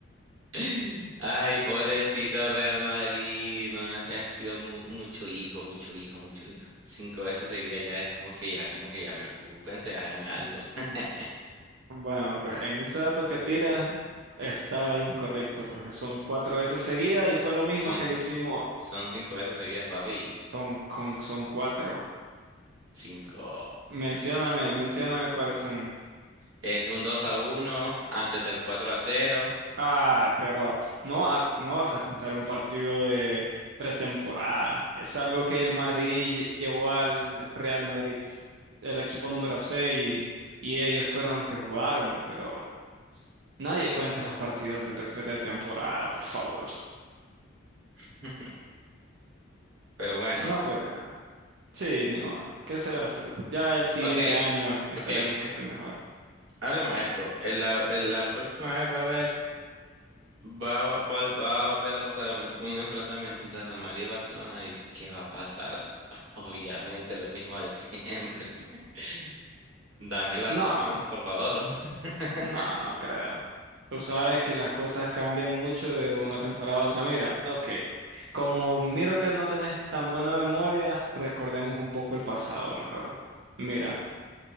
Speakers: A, on the right; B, on the right.
A: <laughs> Ay, pobrecito del Real Madrid. No, ha ha sido mu- mucho hijo, mucho hijo, mucho hijo. Cinco veces seguida ya es como que ya, como que ya preocúpense, hagan algo. <laughs>
B: Bueno, pues en ese dato que tiras está incorrecto
A: Mm.
B: porque son cuatro veces seguidas y fue lo mismo
A: Son,
B: que le hicimos.
A: son cinco veces seguidas, papi.
B: Son, con, son cuatro.
A: Cinco.
B: Mencióname, mencióname cuáles son.
A: Es un 2 a uno antes del 4 a cero
B: Ah, pero no, a- no vas a contar un partido de pretemporada. Es algo que el Madrid lle- llevó al Real Madrid, el equipo número seis y, y ellos fueron los que jugaron, pero nadie cuenta esos partidos de, de pretemporada, por favor.
A: <laughs> Pero bueno,
B: No, pero... Sí, ni modo. ¿Qué será? Se- Ya el siguiente
A: ok,
B: año esperemos
A: ok,
B: que esté mejor.
A: hablemos de esto. En la, en la próxima vez va a haber Va, a vol- va a volver a pasar un, un enfrentamiento entre Real Madrid y Barcelona y ¿qué va a pasar? <laughs> Obviamente lo mismo de siempre. <laughs> Dame la
B: No,
A: razón, por favor. <laughs>
B: no, no creo. Tú sabes que las cosas cambian mucho de una temporada a otra. Mira, ok. Como miro que no tenés tan buena memoria, recordemos un poco el pasado mejor. Mira.